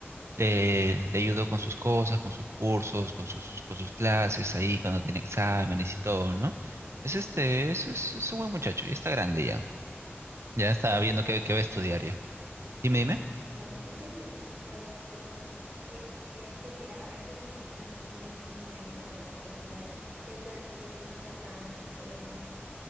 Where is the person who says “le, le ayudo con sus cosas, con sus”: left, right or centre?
Right